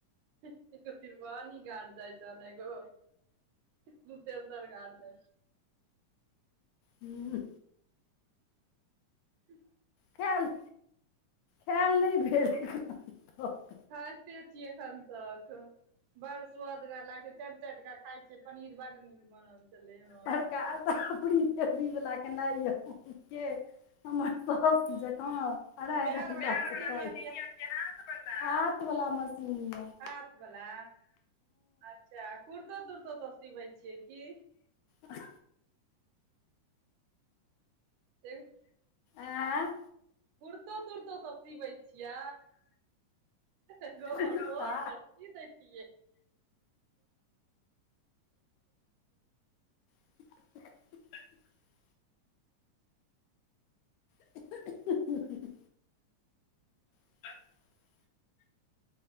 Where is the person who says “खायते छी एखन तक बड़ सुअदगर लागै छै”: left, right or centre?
Right